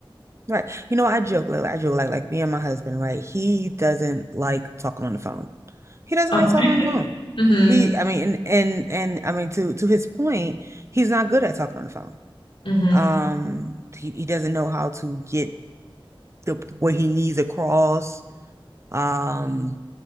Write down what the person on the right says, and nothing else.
right. You know, I joke, like I joke, like like me and my husband, right? He doesn't like talking on the phone. He doesn't
like talking on the phone.
He, I mean, and and, and I mean to to his point, he's not good at talking on the phone.
Um, he, he doesn't know how to get the what he needs across. Um,